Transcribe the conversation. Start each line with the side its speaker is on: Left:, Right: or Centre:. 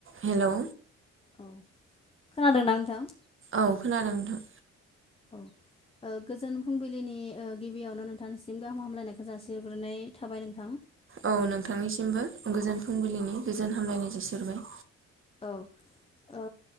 Right: Hello
Left: औ खोनादोंना नोंथां?
Right: औ खोनादों नोंथां
Left: औ गोजोन फुंबिलिनि गिबियावनो नोंथांनिसिम गाहाम हामलायनायखौ जासिग्रोनाय थाबाय नोंथां
Right: औ नोंथांनिसिमबो गोजोन फुंबिलिनि गोजोन हामलायनाय जासिहरबाय
Left: औ ओ